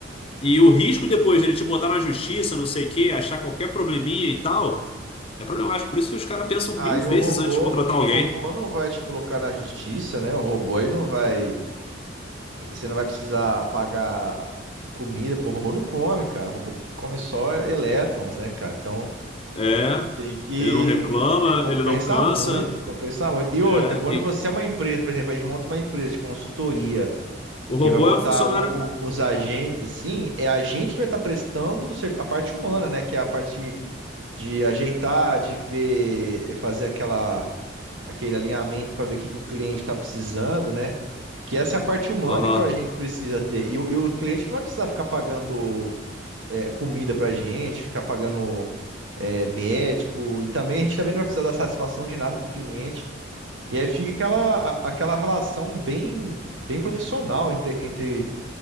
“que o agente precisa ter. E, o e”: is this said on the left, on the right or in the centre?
Right